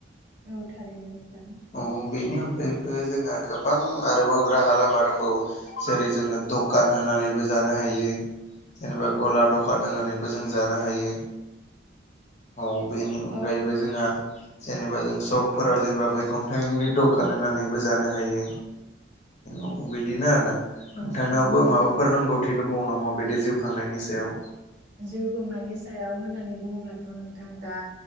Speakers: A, on the right; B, on the left.
A: औ थारैनो नोंथां।
B: औ बेनि अनगायैबो जोंहा गोबां आरोबाव राहा लामा दंबावो। जेरै जोंङो दखान होनानैबो जानो हायो। जेनेबा गला दखान होनानैबो जों जानो हायो। औ बेनि अनगायैबो
A: औ
B: जोंहा जेनेबा जों सकफोराव जेनेबा मैगं थाइगंनि दखान होनानैबो जानो हायो। औ बिदिनो आरो ना। नोंथांनावबो
A: नंगौ नोंथां
B: माबाफोर रोंगौथि दंबावो नामा बिदि जिउ खांनायनि सायाव?
A: जिउ खुंनायनि सायाव होननानै बुंङोब्लाथ' नोंथां दा